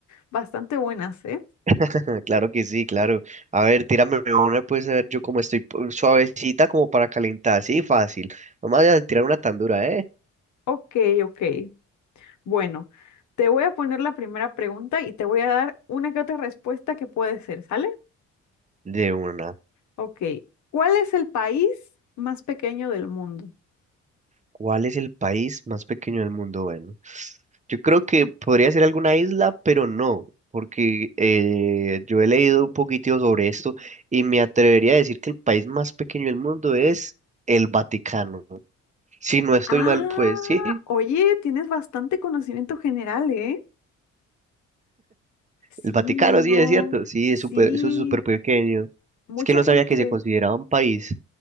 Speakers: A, on the left (about 70°); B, on the right (about 25°).
A: bastante buenas, ¿eh?
B: <laughs> Claro que sí, claro. A ver, tírame una, pues a ver yo cómo estoy po- suavecita como para calentar. Sí, fácil. Vamos a tirar una tan dura, ¿eh?
A: Ok, ok. Bueno, te voy a poner la primera pregunta y te voy a dar una que otra respuesta que puede ser, ¿sale?
B: De una.
A: Ok. ¿Cuál es el país más pequeño del mundo?
B: ¿Cuál es el país más pequeño del mundo? Bueno, yo creo que podría ser alguna isla, pero no, porque eh, yo he leído un poquito sobre esto y me atrevería a decir que el país más pequeño del mundo es el Vaticano. Si no estoy
A: Ah,
B: mal, pues sí,
A: oye, tienes bastante conocimiento general, ¿eh? Sí,
B: el Vaticano,
A: no,
B: sí, es cierto, sí, es
A: sí,
B: súper, eso es súper pequeño.
A: mucha
B: Es que no
A: gente.
B: sabía que se consideraba un país.